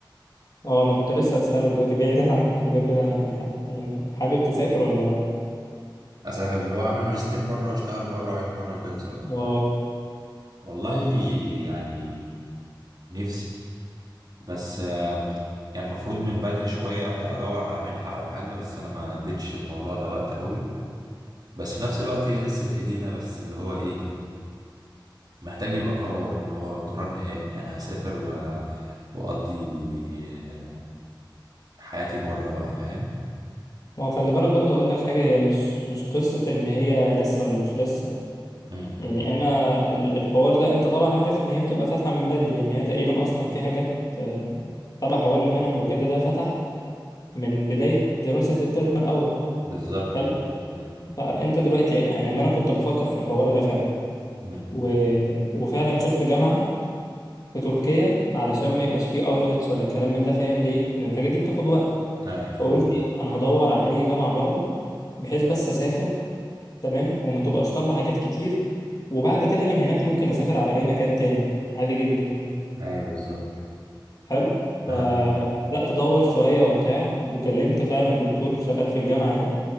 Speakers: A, on the left; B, on the right.
A: اه ما كنت لسه اسالك دلوقتي بعيدا عن الكليه وكده مح- يعني حابب تسافر ولا لا
B: أسافر اللي هو أعمل ماجستير بره وأشتغل بره وأعيش بره وكده صح؟
A: اه
B: والله يعني نفسي بس آم، كان المفروض من بدري شوية أبدأ أدور على منحة أو حاجة بس أنا ما اديتش الموضوع ده وقت أوي بس في نفس الوقت هي لسه في ايدينا بس اللي هو ايه محتاج يبقى قرار اللي هو قرار نهائي انا هسافر و... واقضي آه، حياتي بره بقى فاهم
A: ما هو خلي بالك برضه هقول لك حاجه هي مش مش قصه ان هي لسه ولا مش لسه
B: امم
A: يعني انا ال- الحوار ده انت طبعا عارف ان هي بتبقى فاتحه من بدري يعني هي تقريبا اصلا في حاجات آه، تبع حوار المنح وكده ده فتح من بدايه دراسه الترم الاول
B: بالظبط
A: حلو
B: امم
A: فانت دلوقتي يعني انا كنت بفكر في الحوار ده فعلا
B: امم
A: و... وفعلا شفت جامعه في تركيا علشان ما يبقاش فيه ايلتس ولا كلام من ده فاهم ليه لان الحاجات دي بتاخد وقت
B: اي
A: فقلت إيه، انا هدور على اي جامعه بره بحيث بس اسافر تمام وما تبقاش طالبه حاجات كتير وبعد كده من هناك ممكن اسافر على اي مكان تاني عادي جدا يعني
B: اي بالظبط
A: حلو فبدات
B: اه
A: ادور شويه وبتاع وكلمت فعلا دكتور شغال في الجامعه دي